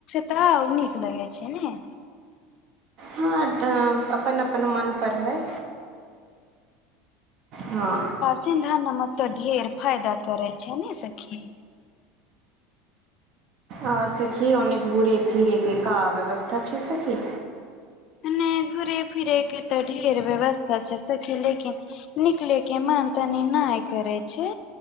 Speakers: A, on the left; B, on the right.
A: तब उ नीक लगै छै ने
B: हँ तऽ अपन अपन मन पर हय हँ
A: चेन्धा नमक तऽ ढेर फायदा करे छै ने सखी
B: आ सखी ओनने घूरे फिरे के का व्यवस्था छै सखी
A: नहि घूरे फिरै के तऽ ढेर व्यवस्था छै सखी लेकिन निकले के मन तनी नहि करे छै